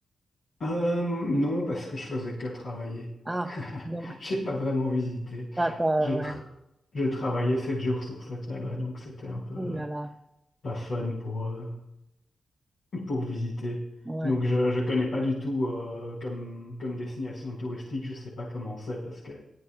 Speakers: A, on the left; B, on the right.
A: Euh, non, parce que je faisais que travailler.
B: Ah,
A: <laughs>
B: donc
A: J'ai pas vraiment visité.
B: t'as, t'as-
A: Je, tra-
B: ouais.
A: je travaillais 7 jours sur 7 là-bas, donc c'était un peu euh,
B: Ouh là là,
A: pas fun pour, euh, pour visiter.
B: ouais.
A: Donc je ne connais pas du tout euh, comme, comme destination touristique, je sais pas comment c'est parce que